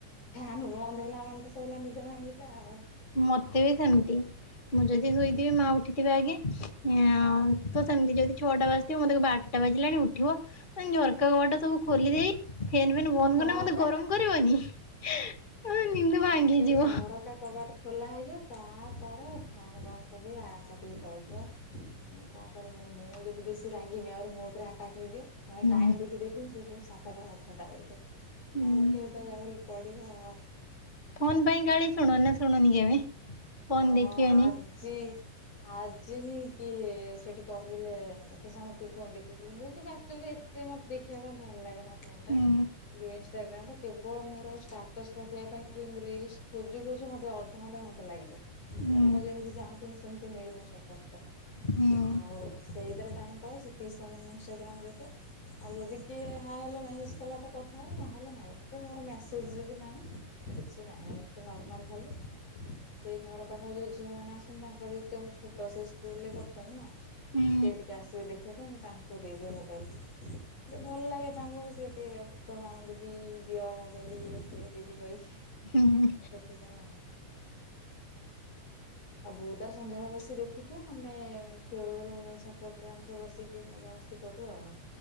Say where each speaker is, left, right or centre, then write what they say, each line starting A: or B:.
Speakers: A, on the left (about 50°); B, on the left (about 25°).
A: ଫ୍ୟାନ୍ ବନ୍ଦବହେଲାମାନେ ତ ସୋଇଲା ନିଦ ଭାଙ୍ଗିଲା ଆଉ।
B: ମତେ ବି ସେମିତି ମୁଁ ଯଦି ଶୋଇଥିବି ମା ଉଠିଥିବେ ଆଗେ ତ ସେମିତି ଯଦି ଛଅଟା ବାଜିଥିବ ମତେ କହିବେ ଆଟ ଗଟ ବାଜିଲାଣି ଉଠିବ ଝରକା କବାଟ ସବୁ ଖୋଲି ଦେଇ ଫେନ୍ ଫେନ୍ ବନ୍ଦ
A: ହଁ
B: କଲେ ମୋତେ
A: ପା।
B: ଗରମ କରିବନି। ହଁ ନିଦ ଭାଙ୍ଗିଯିବ
A: ଆଗେ ଝରକା କବାଟ ଖୋଲା ହେଇଯିବ ତାପରେ ଫ୍ୟାନ୍ ବନ୍ଦ କରିଦେଇ ଆ ଚାପିକି ପଳେଇଥିବ। ମୁଁ କଣ କରିବିନି ମୁଁ ଯଦି ବେଶୀ ରାଗିମି ଆହୁରି ମୋ ଉପରେ ଆଟାକ୍ ହେଇଯିବ। ମୁଁ
B: ହୁଁ।
A: ଟାଇମ ଦେଖିଦେଇଥିମି ସେତେବେଳେ ସାତଟା ସାଢେଛଅଟା ହେଇଯାଇଥିବ ହଉ
B: ହୁଁ
A: ଉଠେଇ ତ ଯା ପଡ଼ିବ ଆଉ।
B: ଫୋନ୍ ପାଇଁ ଗାଳି ଶୁଣ ନା ଶୁଣୁନି କେବେ? ଫୋନ୍
A: ହଁ
B: ଦେଖିବନି
A: ଆଜି ଆ ହିଁ କି ସେଠି କହିଲେ ଏତେ ସମୟ ତୁ କଣ ଦେଖୁଛୁ ମୁଁ କିନ୍ତୁ ଆକ୍ଚୁଆଲି ଏତେ ମତେଖ ଦେଖିବା ପାଇଁ ଭଲ ଲାଗେ ନା ଫୋନ୍ଟା
B: ହୁଁ
A: ଯଉ ଇନ୍ଷ୍ଟଗ୍ରାମ କେବଳ ମୋର ଷ୍ଟାଟସ୍ ପକେଇବା ପାଇଁ ଖାଲି ମୁଁ ରିଲ୍ସ ଖୋଜୁ ଖୋଜୁ ମୋତେ ଅଧଘଣ୍ଟା ଘଣ୍ଟା ଲାଗିଯାଏ। ମୁଁ
B: ହୁଁ
A: ଯେମିତି ଚାହୁଁଥିବି ସେମତି ମିଳିବା ଷ୍ଟାଟସଟା
B: ହୁଁ
A: ଆଉ ସେଇଥିରେ ଟାଇମ ପଲାଏ ସେତିକି ସମୟ ମୁଁ ଇନ୍ଷ୍ଟଗ୍ରାମ ଦେଖେ ଆଉ ଯଦି କିଏ ହାଏ ହେଲୋ ମେସେଜ କଲା କଥା ହଏ ନହେଲେ ନାଇ। ଏତେ ମୋର ମେସେଜେ ବି ନାହିଁ କିଛି ନାହିଁ ଏମିତି ନର୍ମାଲ୍ ଖାଲି।
B: <inaudible>
A: ସେ ଘର ପାଖରେ ଯେଉଁ ଝିଅମାନେ ଆସଛନ୍ତି ତାଙ୍କର ଯେ ଛୋଟ ସେ ସ୍କୁଲରେ ପଢ଼ଛନ୍ତି ନା ସେ
B: ହୁଁ
A: ଟିକେ ଆସିବେ ଦେଖିବା ପାଇଁ ମୁଁ ତାଙ୍କୁ ଦେଇଦିଏ ମୋବାଇଲ। ଟିକେ ଭଲ ଲାଗେ ତାଙ୍କୁ ସେ ଟିକେ କହିବେ ମାମୁଁନି ଦିଦି, ଦିଅ ଟିକେ ମୋବାଇଲ, ଇଏ ସିଏ ଦିଦି କହିକି
B: ହୁଁ
A: ସେଥିପାଇଁ ଆଉ ଆଉ ବଉ ତାର ସନ୍ଧ୍ୟାଵେଳେ ବସି ଦେଖୁଥିବ, ଆମେ ଛୁଆ ବୋଉଘରେ ମୁଁ ଯାଇ ଛାତ ଉପରେ ଆମେ ସବୁ ବସିକି ମଜା ମସ୍ତି କରୁ ଆଉ